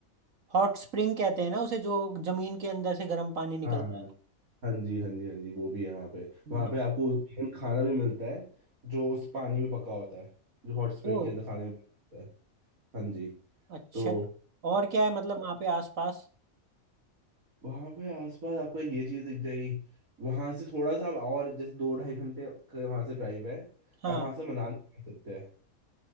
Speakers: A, on the right (about 70°); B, on the right (about 80°).
A: हॉट स्प्रिंग कहते हैं ना उसे जो जमीन के अंदर से गर्म पानी
B: हाँ
A: निकलता
B: हाँ जी हाँ जी हाँ जी वो भी है वहाँ पे
A: है
B: वहाँ पे आपको even खाना भी मिलता है जो उस पानी में पका होता है जो हॉट स्प्रिंग
A: ओ
B: के अंदर खाने में पका होता है हाँ जी
A: अच्छा
B: तो
A: और क्या है मतलब वहाँ पे आसपास
B: वहां पे आसपास आपको एक ये चीज दिख जाएगी वहां से थोड़ा सा आप और जैसे दो ढाई घंटे के वहां से ड्राइव है
A: हाँ
B: आप वहां से मनाली जा सकते हैं